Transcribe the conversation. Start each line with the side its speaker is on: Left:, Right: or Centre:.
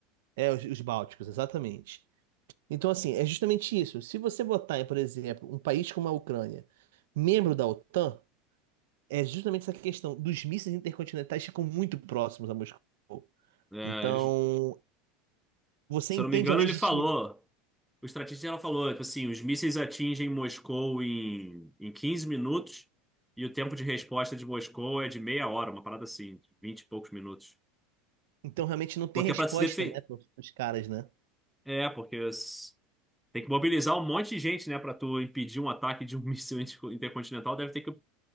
Right: É os, os Bálticos, exatamente. Então, assim, é justamente isso. Se você botar, por exemplo, um país como a Ucrânia, membro da OTAN, é justamente essa questão dos mísseis intercontinentais ficam muito próximos a Moscou.
Centre: É,
Right: Então,
Centre: eles,
Right: você
Centre: se
Right: entende
Centre: eu não me engano,
Right: a legitimidade.
Centre: ele falou. O estrategista ela falou, tipo assim, os mísseis atingem Moscou em, em 15 minutos e o tempo de resposta de Moscou é de meia hora, uma parada assim, 20 e poucos minutos.
Right: Então, realmente não tem
Centre: Porque
Right: resposta,
Centre: é pra se defender.
Right: né, para os caras, né?
Centre: É, porque s- tem que mobilizar um monte de gente, né, Pra tu impedir um ataque de um <laughs> míssil inter- intercontinental, deve ter que